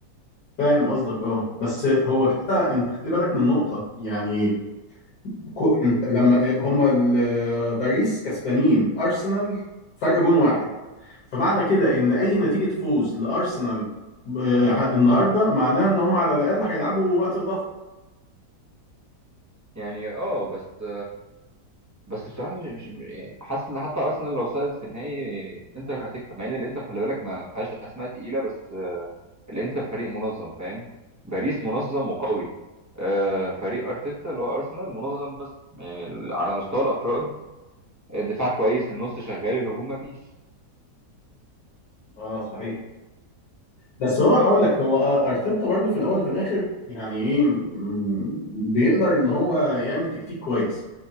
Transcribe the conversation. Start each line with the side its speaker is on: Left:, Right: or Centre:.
Left: فاهم قصدك اه بس هو كده انت خلي بالك من نقطه يعني كو انت لما آه، هما ال- آه، باريس كسبانين ارسنال فرق جون واحد فمعنى كده ان اي نتيجه فوز لارسنال آه، ح- النهارده معناها ان هم على الاقل هيلعبوا وقت اضافي
Right: يعني اه بس بس بصراحه مش مش يعني حاسس ان حتى ارسنال لو صعدت في النهائي الانتر هتكسب مع ان الانتر خلي بالك ما فيهاش اسماء تقيله بس الانتر فريق منظم فاهم باريس منظم وقوي آه، فريق ارتيتا اللي هو ارسنال منظم بس يعني على مستوى الافراد الدفاع كويس النص شغال الهجوم ما فيش
Left: اه صحيح بس هو هقول لك هو آه، ارتيتا برضو في الاول وفي الاخر يعني ايه م- بيقدر ان هو يعمل تكتيك كويس